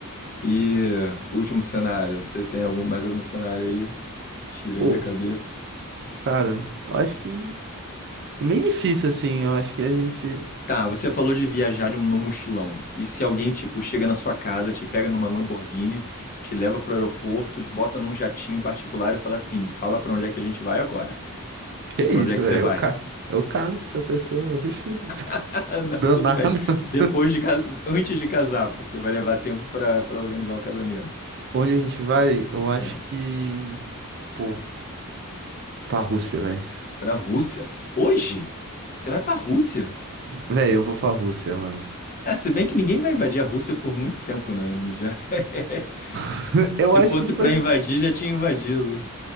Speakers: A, on the left; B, on the right.
A: E último cenário, você tem algum, mais algum cenário aí? Tira
B: Pô,
A: aí da cabeça.
B: cara, eu acho que é meio difícil assim. Eu acho que a gente.
A: Tá, você falou de viajar de um- no mochilão. E se alguém, tipo, chega na sua casa, te pega numa Lamborghini, te leva pro aeroporto, te bota num jatinho particular e fala assim: fala pra onde é que a gente vai agora?
B: Que
A: Pra
B: isso,
A: onde é que
B: velho?
A: você vai?
B: Eu, ca... eu caso com essa pessoa. <laughs> Oxi,
A: <laughs> Não,
B: danado.
A: tudo bem. Depois de, ca- antes de casar, porque vai levar tempo pra para organizar o casamento.
B: Onde a gente vai? Eu acho
A: É.
B: que. Pô, pra Rússia, velho.
A: Pra Rússia? Hoje? Você vai pra Rússia?
B: Velho, eu vou pra Rússia, mano.
A: É, se bem que ninguém vai invadir a Rússia por muito tempo, né? Já... <laughs>
B: <laughs> Eu
A: Se
B: acho
A: fosse
B: que, tipo
A: pra
B: assim.
A: invadir, já tinha invadido.